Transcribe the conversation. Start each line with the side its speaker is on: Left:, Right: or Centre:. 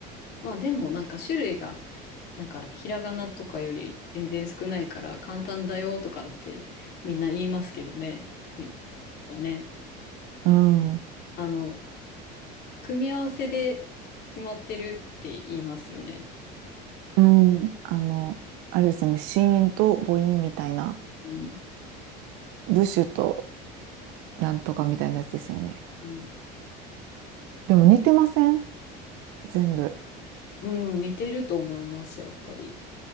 Left: まあでもなんか種類が、なんかひらがなとかより全然少ないから簡単だよとかってみんな言いますけどね。いね。
Right: うん。う
Left: あの、組み合わせで決まってるって言いますよね。
Right: ん。あの、あれですよね。子音と母音みたいな。
Left: うん。
Right: 部首となんとかみたいなやつですよね。
Left: うん、
Right: でも似てません全部。
Left: うん似てると思います、やっぱり。